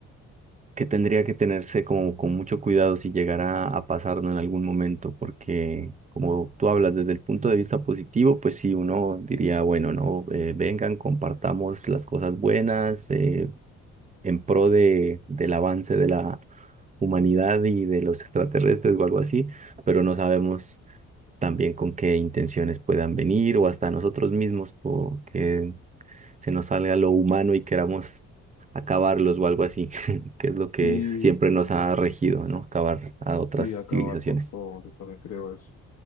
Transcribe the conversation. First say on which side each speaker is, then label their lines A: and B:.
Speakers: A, on the right; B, on the left.
A: que tendría que tenerse como con mucho cuidado si llegara a pasarnos en algún momento, porque como tú hablas desde el punto de vista positivo, pues sí, uno diría, bueno, no, Eh, vengan, compartamos las cosas buenas, eh, en pro de, del avance de la humanidad y de los extraterrestres o algo así, pero no sabemos también con qué intenciones puedan venir o hasta nosotros mismos porque se nos salga lo humano y queramos acabarlos o algo así, <laughs> que es lo que
B: Y
A: siempre nos ha regido, ¿no? Acabar a otras
B: sí, acabar
A: civilizaciones.
B: con todo, yo también creo eso.